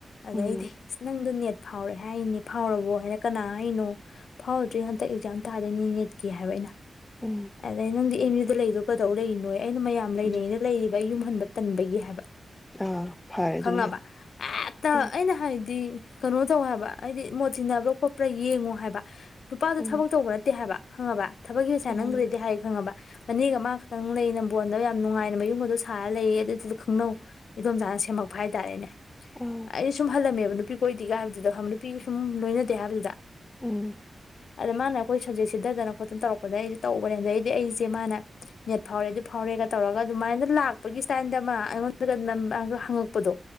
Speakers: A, on the left; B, on the left.
A: ꯑꯗꯩꯩꯗꯤ
B: ꯎꯝ
A: ꯅꯪ ꯅꯪꯗꯣ ꯅꯦꯠ ꯐꯥꯎꯔꯦ ꯍꯥꯏꯅꯦ ꯐꯥꯎꯔꯕꯣ ꯍꯥꯏꯔꯦ ꯀꯅꯥ ꯍꯥꯏꯔꯤꯅꯣ ꯐꯥꯎꯗ꯭ꯔꯤ ꯍꯟꯗꯛ ꯑꯦꯛꯖꯥꯝ ꯊꯥꯗꯣꯏꯅꯤ ꯅꯦꯠꯀꯤ ꯍꯥꯏꯕ ꯑꯩꯅ
B: ꯎꯝ
A: ꯑꯗꯩꯩ ꯅꯪꯗꯤ ꯑꯦꯝ ꯌꯨ ꯗ ꯂꯩꯗꯣ ꯀꯩꯗꯧ ꯂꯩꯔꯤꯅꯣꯌꯦ ꯑꯩꯅ ꯃꯌꯥꯝ ꯂꯩꯅꯩꯅ
B: ꯎꯝ
A: ꯂꯩꯔꯤꯕ ꯌꯨꯝꯍꯟꯕ ꯇꯟꯕꯒꯤ ꯍꯥꯏꯕ
B: ꯑꯥ ꯐꯔꯦ ꯑꯗꯨꯅ
A: ꯈꯪꯉꯕ
B: ꯍꯦꯛ
A: ꯍꯦꯛꯇ
B: ꯎꯝ
A: ꯑꯩꯅ ꯍꯥꯏꯗꯤ ꯀꯩꯅꯣ ꯇꯧ ꯍꯥꯏꯕ ꯍꯥꯏꯗꯤ ꯃꯣꯠ ꯇꯤꯟꯅꯕ꯭ꯔꯥ ꯈꯣꯠꯄ꯭ꯔꯥ ꯌꯦꯡꯉꯣ ꯍꯥꯏꯕ ꯅꯨꯄꯥꯗꯣ
B: ꯎꯝ
A: ꯊꯕꯛ ꯇꯧꯕ ꯅꯠꯇꯦ ꯍꯥꯏꯕ ꯈꯪꯉꯕ ꯊꯕꯛꯀꯤ ꯄꯩꯁꯥ
B: ꯑꯥ
A: ꯅꯝꯈ꯭ꯔꯦꯗꯤ ꯍꯥꯏ ꯈꯪꯉꯕ ꯃꯅꯦꯒ ꯃꯥꯒ ꯈꯛꯇꯪ ꯂꯩ ꯅꯝꯕꯣꯟꯗ ꯌꯥꯝ ꯅꯨꯡꯉꯥꯏꯅ ꯃꯌꯨꯝꯒꯗꯣ ꯁꯥꯔꯒ ꯂꯩꯌꯦ ꯑꯗꯨꯗꯨꯗ ꯈꯪꯅꯧ ꯏꯗꯣꯝꯆꯥꯅ ꯁꯦꯝꯃꯛꯄ ꯍꯥꯏꯇꯥꯔꯦꯅꯦ
B: ꯑꯥ
A: ꯑꯩ ꯁꯨꯝ ꯍꯜꯂꯝꯃꯦꯕ ꯅꯨꯄꯤ ꯀꯣꯏꯗꯦꯒ ꯍꯥꯏꯕꯗꯨꯗ ꯈ ꯅꯨꯄꯤ ꯁꯨꯝ ꯂꯣꯏꯅꯗꯦ ꯍꯥꯏꯕꯗꯨꯗ
B: ꯎꯝ
A: ꯑꯗ ꯃꯥꯅ ꯑꯩꯈꯣꯏ ꯁꯕꯖꯦꯛ ꯁꯤꯊꯗꯅ ꯈꯣꯠꯇꯅ ꯇꯧꯔꯛꯄꯗ ꯑꯩꯁꯦ ꯇꯧꯕꯅꯦ ꯑꯗꯩꯗꯤ ꯑꯩꯁꯦ ꯃꯥꯅ ꯅꯦꯠ ꯐꯥꯎꯔꯦ ꯑꯗꯨ ꯐꯥꯎꯔꯦꯒ ꯇꯧꯔꯒ ꯑꯗꯨꯃꯥꯏꯅ ꯂꯥꯛꯄꯒꯤ ꯏꯁꯇꯥꯏꯜꯗ ꯑꯃ ꯑꯩꯉꯣꯟꯗꯒ ꯅꯝ ꯥꯑꯒ ꯍꯪꯉꯛꯄꯗꯣ